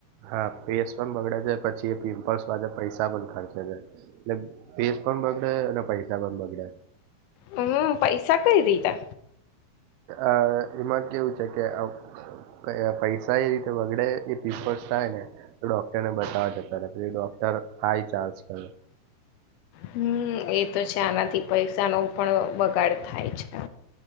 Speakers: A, on the right; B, on the left.
A: હા, ફેસ પણ બગડે છે પછી એ પિમ્પલ્સ વા પૈસા પણ ખર્ચે છે. એટલે ફીસ પણ બગડે અને પૈસા પણ બગડે.
B: હમ્મ, પૈસા કઈ રીતે?
A: અહ એમાં કેવું છે કે આવ કે પૈસા એ રીતે બગડે એ પિમ્પલ્સ થાય ને તો ડોક્ટર ને બતાવા જતા રહે પછી ડોક્ટર હ-હાઈ ચાર્જ કરે.
B: હમ્મ, એ તો છે આનાથી પૈસાનો પણ બગાડ થાય છે.